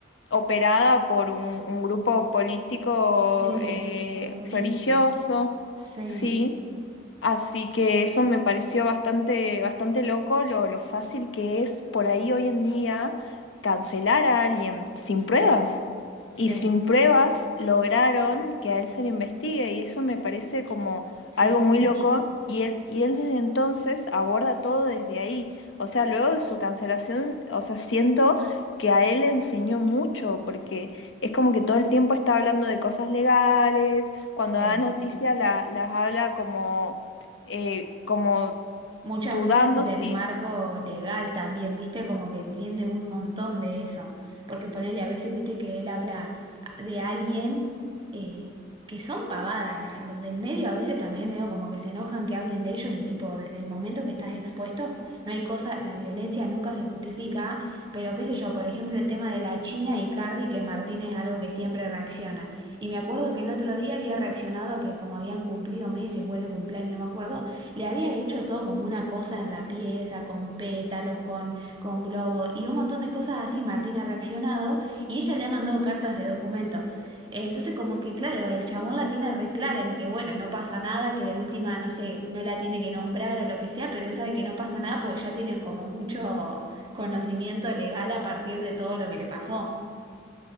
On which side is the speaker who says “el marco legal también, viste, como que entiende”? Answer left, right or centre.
Right